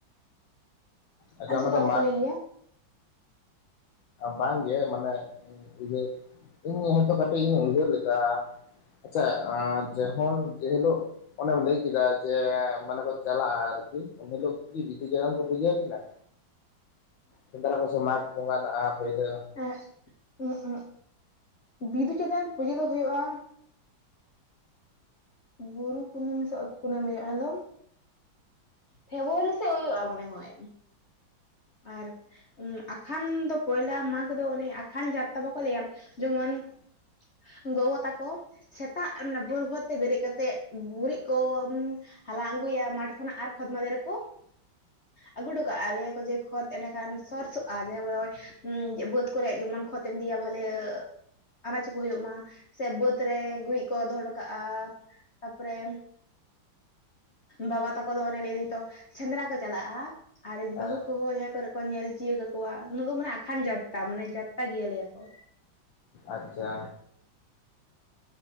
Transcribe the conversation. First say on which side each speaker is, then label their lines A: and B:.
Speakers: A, on the left; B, on the left.
A: ᱟᱪᱪᱷᱟ
B: ᱟᱞᱮ
A: ᱚᱱᱟ
B: ᱥᱮᱫ ᱫᱚ
A: ᱢᱟᱜᱽ
B: ᱵᱟᱠᱚ ᱞᱟᱹᱭ ᱜᱮᱭᱟ᱾
A: ᱵᱟᱝᱜᱮ ᱢᱟᱱᱮ ᱩᱭᱦᱟᱹᱨ ᱤᱧ ᱦᱚᱛᱚ ᱠᱟᱹᱴᱤᱡ ᱤᱧ ᱩᱭᱦᱟᱹᱨ ᱞᱮᱫᱟ ᱟᱪᱪᱷᱟ ᱡᱚᱠᱷᱚᱱ ᱡᱮᱦᱤᱞᱳᱜ ᱚᱱᱮᱢ ᱞᱟᱹᱭ ᱠᱮᱫᱟ ᱡᱮ ᱢᱟᱱᱮ ᱠᱚ ᱪᱟᱞᱟᱜᱼᱟ ᱟᱨ ᱮᱱ ᱦᱤᱞᱚᱜ ᱠᱤ ᱵᱤᱫᱩ ᱪᱟᱸᱫᱟᱱ ᱠᱚ ᱯᱩᱡᱟᱹᱣ ᱠᱤᱱᱟᱹ ᱥᱮᱸᱫᱽᱨᱟ ᱠᱚ ᱥᱮ ᱢᱟᱜᱽ ᱵᱚᱸᱜᱟ ᱯᱳᱭᱞᱳ
B: ᱮ ᱮᱸᱜ ᱵᱤᱫᱩ ᱪᱟᱸᱫᱟᱱ ᱯᱩᱡᱟᱹ ᱫᱚ ᱦᱩᱭᱩᱜᱼᱟ᱾ ᱵᱩᱨᱩ ᱠᱩᱱᱟᱹᱢᱤ ᱥᱮ ᱚᱛ ᱠᱩᱱᱟᱹᱢᱤ ᱨᱮ ᱚᱱᱟ ᱫᱚ ᱯᱷᱮᱵᱨᱩᱣᱟᱨᱤ ᱥᱮᱡ ᱦᱩᱭᱩᱜᱼᱟ ᱢᱚᱱᱮ ᱦᱚᱭ ᱟᱨ ᱩᱢ, ᱟᱠᱷᱟᱱ ᱫᱚ ᱯᱚᱭᱞᱟ ᱢᱟᱜᱽ ᱫᱚ ᱚᱱᱮ ᱟᱠᱷᱟᱱ ᱡᱟᱛ ᱛᱟ ᱵᱟᱠᱚ ᱞᱟᱹᱭᱟ ᱡᱮᱢᱚᱱ ᱜᱚᱜᱚ ᱛᱟᱠᱚ ᱥᱮᱛᱟᱜ ᱵᱷᱳᱨ ᱵᱷᱳᱨ ᱛᱮ ᱵᱮᱨᱮᱫ ᱠᱟᱛᱮᱮᱫ ᱜᱩᱨᱤᱡ ᱠᱚ ᱦᱟᱞᱟᱝ ᱟᱹᱜᱩᱭᱟ ᱢᱟᱴᱷ ᱠᱷᱚᱱᱟᱜ ᱟᱨ ᱠᱷᱚᱫ ᱢᱟᱫᱮ ᱨᱮᱠᱚ ᱟᱹᱜᱩ ᱦᱚᱴᱚ ᱠᱟᱜᱼᱟ ᱞᱟᱹᱭ ᱟᱠᱚ ᱡᱮ ᱠᱷᱚᱛ ᱮᱸᱰᱮᱠᱷᱟᱱ ᱥᱟᱨᱥᱚᱜᱼᱟ ᱡᱮ ᱵᱟᱹᱫᱽ ᱠᱚᱨᱮᱜ ᱡᱮᱢᱚᱱ ᱠᱷᱚᱛ ᱮᱢ ᱤᱫᱤᱭᱟ ᱵᱷᱟᱹᱞᱮ ᱟᱱᱟᱡ ᱠᱚ ᱦᱩᱭᱩᱜ ᱢᱟ ᱥᱮ ᱵᱟᱹᱫᱽ ᱨᱮ ᱜᱩᱨᱤᱡ ᱠᱚ ᱫᱚᱦᱚ ᱦᱚᱴᱚ ᱠᱟᱜᱼᱟ ᱛᱟᱯᱚᱨᱮ ᱵᱟᱵᱟ ᱛᱟᱠᱚ ᱫᱚ ᱚᱱᱮ ᱞᱟᱹᱭ ᱮᱫᱟᱹᱧ ᱛᱚ ᱥᱮᱸᱫᱽᱨᱟ ᱠᱚ ᱪᱟᱞᱟᱜᱼᱟ᱾ ᱟᱨᱮᱡ
A: ᱦᱮᱸ
B: ᱵᱟᱦᱩ ᱡᱟᱦᱟᱸ ᱠᱚᱨᱮ ᱠᱚ ᱧᱮᱞ ᱪᱤᱭᱟᱹ ᱠᱟᱠᱚᱣᱟ ᱩᱱ ᱫᱚ ᱢᱟᱱᱮ ᱟᱠᱷᱟᱱ ᱡᱚᱛᱛᱟ ᱢᱟᱱᱮ ᱡᱚᱛᱛᱟ ᱜᱮᱭᱟ ᱞᱟᱹᱭᱟ ᱠᱚ
A: ᱟᱪᱪᱷᱟ